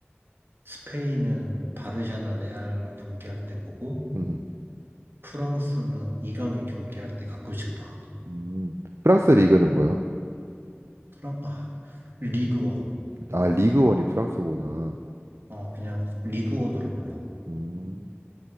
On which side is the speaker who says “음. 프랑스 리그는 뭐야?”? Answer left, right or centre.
Right